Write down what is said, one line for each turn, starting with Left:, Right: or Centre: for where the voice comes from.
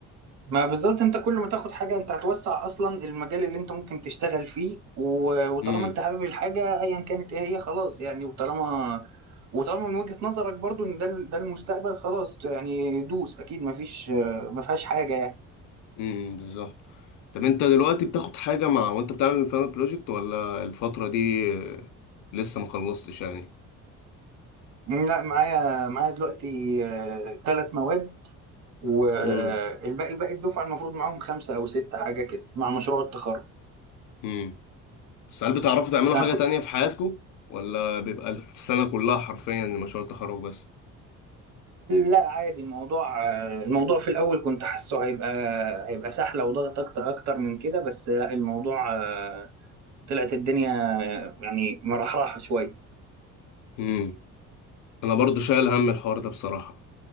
Right: ما بالظبط انت كل ما تاخد حاجه انت هتوسع اصلا المجال اللي انت ممكن تشتغل فيه و- وطالما
Left: امم.
Right: انت حابب الحاجه ايا كانت ايه هي خلاص يعني وطالما وطالما من وجهه نظرك برضو ان ده ال- ده المستقبل خلاص يعني دوس اكيد ما فيش ما فيهاش حاجه يعني
Left: امم بالظبط طب انت دلوقتي بتاخد حاجة مع وانت بتعمل الفاينل بروجكت ولا الفترة دي آه، لسه ما خلصتش يعني
Right: لا معايا معايا دلوقتي ثلاث مواد والباقي
Left: امم
Right: باقي الدفعة المفروض معاهم خمسة أو ستة حاجة كده مع مشروع التخرج
Left: امم بس هل بتعرفوا تعملوا
Right: بس أنا
Left: حاجة
Right: كنت
Left: تانية في حياتكم ولا بيبقى السنة كلها حرفيا مشروع التخرج بس
Right: لا عادي الموضوع الموضوع في الأول كنت حاسه هيبقى هيبقى سحلة وضغط أكتر أكتر من كده بس لا الموضوع آه، طلعت الدنيا آه، يعني مرحرحة شوية
Left: امم انا برضو شايل هم الحوار ده بصراحة